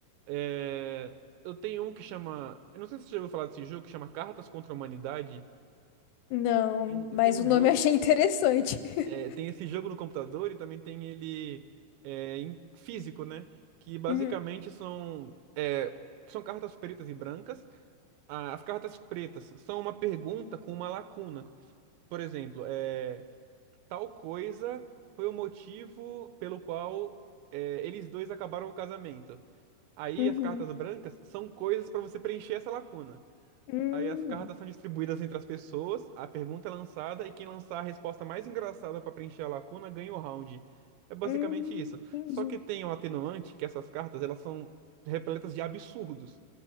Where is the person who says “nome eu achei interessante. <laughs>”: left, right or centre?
Left